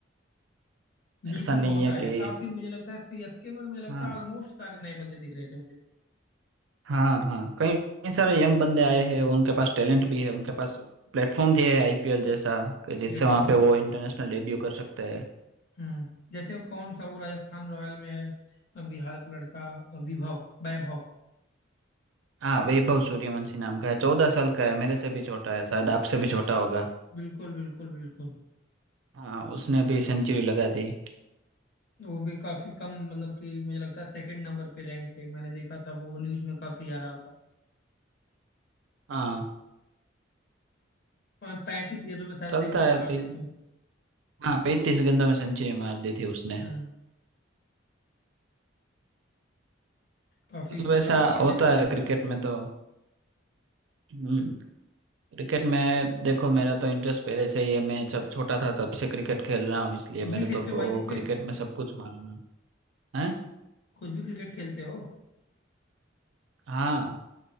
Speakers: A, on the left; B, on the right.
A: बिल्कुल
B: ऐसा नहीं
A: बहुत
B: है
A: आया
B: कि
A: है काफी मुझे लगता है सीएसके में तो मुझे लगता
B: हाँ,
A: है ऑलमोस्ट सारे नए बंदे दिख रहे थे मुझे
B: हाँ हाँ कई कई सारे यंग बंदे आए हैं उनके पास टैलेंट भी है उनके पास प्लेटफॉर्म भी है आईपीएल जैसा कि जिससे
A: बिल्कुल
B: वहाँ पे वो इंटरनेशनल डेब्यू कर सकते हैं
A: हम्म जैसे कौन सा वो राजस्थान रॉयल में है अ, बिहार का लड़का अ, विभव वैभव
B: हाँ वैभव सूर्यवंशी नाम का है चौदह
A: हाँ
B: साल का
A: हाँ,
B: है मेरे से भी छोटा है शायद आपसे भी छोटा होगा
A: बिल्कुल बिल्कुल बिल्कुल
B: हाँ उसने भी सेंचुरी लगा दी
A: वो भी काफी कम मतलब कि मुझे लगता है सेकंड नंबर पे रैंक पे मैंने देखा था वो न्यूज में काफी आ रहा था
B: हाँ
A: हाँ, पैंतीस गेंदों में शायद
B: चलता
A: सेंचुरी
B: है अभी
A: मार दी थी उन्होंने
B: हाँ पैंतीस गेंदों में सेंचुरी मार दी थी उसने
A: हम्म काफी
B: मतलब ऐसा
A: काफी बढ़िया
B: होता
A: रिकॉर्ड
B: है
A: रहा
B: क्रिकेट
A: है उसका
B: में तो हम्म क्रिकेट में देखो मेरा तो इंटरेस्ट पहले से ही है मैं जब छोटा था तब से क्रिकेट खेल रहा हूँ इसलिए
A: खुद भी
B: मेरे
A: खेलते
B: तो को
A: हो भाई क्रिकेट
B: क्रिकेट में सब कुछ मालूम है हैं
A: खुद भी क्रिकेट खेलते हो
B: हाँ